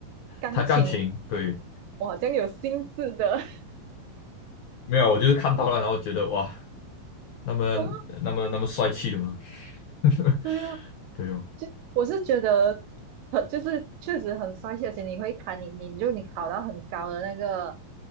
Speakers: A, on the right; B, on the left.
A: 钢琴，
B: 弹钢琴，对，
A: 我好像有心智的 <laughs>
B: 没有，我就是看到了，然后觉得哇，那么那么那么帅气的吗？
A: 啊，
B: <laughs>
A: 对啊，
B: 对哦，
A: 就我是觉得，呃，就是确实很帅气，而且你会弹，你你就你考到很高的那个，